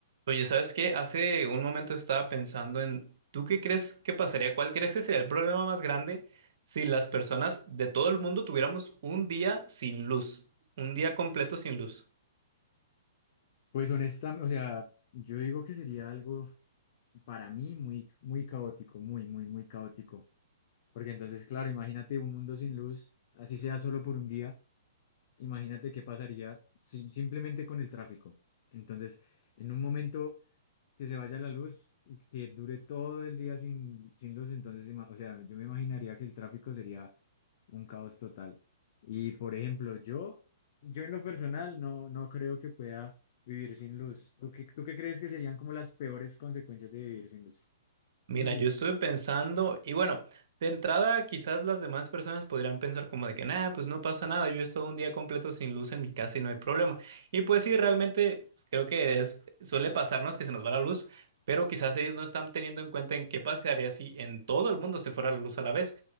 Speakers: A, on the right; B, on the left.
A: Oye, ¿sabes qué? Hace un momento estaba pensando en, ¿tú qué crees que pasaría? ¿Cuál crees que sería el problema más grande si las personas de todo el mundo tuviéramos un día sin luz? Un día completo sin luz.
B: Pues honestamente, o sea, yo digo que sería algo para mí muy, muy caótico, muy, muy, muy caótico. Porque entonces, claro, imagínate un mundo sin luz, así sea solo por un día, imagínate qué pasaría si- simplemente con el tráfico. Entonces, en un momento que se vaya la luz y que dure todo el día sin, sin luz, entonces, ima- o sea, yo me imaginaría que el tráfico sería un caos total. Y, por ejemplo, yo, yo en lo personal no, no creo que pueda vivir sin luz. ¿Tú qué, tú qué crees que serían como las peores consecuencias de vivir sin luz?
A: Mira,
B: Un día.
A: yo estuve pensando, y bueno, de entrada quizás las demás personas podrían pensar como de que nada, pues no pasa nada, yo he estado un día completo sin luz en mi casa y no hay problema. Y pues sí, realmente creo que es, suele pasarnos que se nos va la luz, pero quizás ellos no están teniendo en cuenta en qué pasaría si en todo el mundo se fuera la luz a la vez,